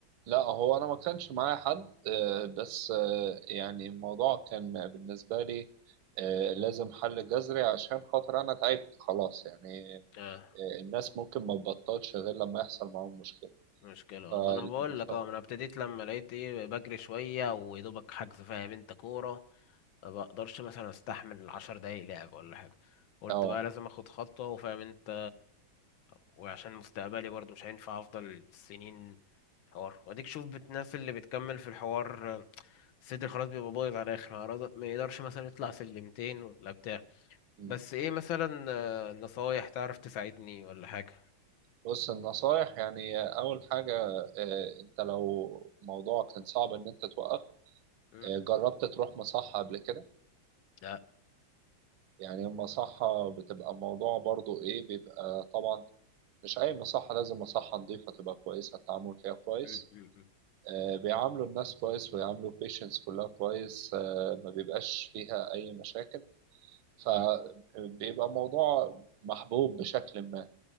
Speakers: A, on the right; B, on the left.
A: لا هو انا ما كانش معايا حد آه، بس آه، يعني الموضوع كان بالنسبه لي آه، لازم حل جذري عشان خاطر انا تعبت خلاص يعني
B: آه.
A: آه، الناس ممكن ما تبطلش غير لما يحصل معاهم مشكله
B: مشكلة
A: ف...
B: اه ما انا بقول لك
A: ف...
B: اه ما انا ابتديت لما لقيت ايه بجري شوية ويدوبك حجز فاهم انت كورة ما بقدرش مثلا استحمل عشر دقايق لعب ولا حاجة قلت
A: اه
B: بقى لازم اخد خطوة وفاهم انت وعشان مستقبلي برضو مش هينفع افضل سنين حوار واديك شوف بت- الناس اللي بتكمل في الحوار صدري خلاص بيبقى بايظ على الاخر ما يقدر- ما يقدرش مثلا يطلع سلمتين ولا بتاع
A: مم.
B: بس ايه مثلا آه، نصايح تعرف تساعدني ولا حاجة
A: بص النصايح يعني اول حاجه آه، انت لو موضوع كان صعب ان انت توقف
B: مم.
A: آه، جربت تروح مصحه قبل كده
B: لا
A: يعني المصحة بتبقى موضوع برضو ايه بيبقى طبعا مش أي مصحة لازم مصحة نظيفة تبقى كويسة التعامل فيها كويس
B: مم. مم.
A: آه، بيعاملوا الناس كويس ويعاملوا البيشنتس كلها كويس آه، ما بيبقاش فيها أي مشاكل فبيبقى
B: مم.
A: موضوع محبوب بشكل ما